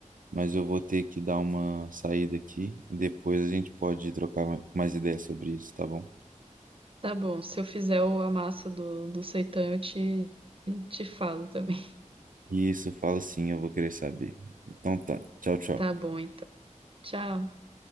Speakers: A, on the right; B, on the right.
A: Mas eu vou ter que dar uma saída aqui e depois a gente pode trocar ma- mais ideias sobre isso, tá bom?
B: Tá bom, se eu fizer o- a massa do, do seitã, eu te, te falo também.
A: Isso, fala sim, eu vou querer saber. Então tá, tchau,
B: <laughs>
A: tchau.
B: Tá bom, então. Tchau.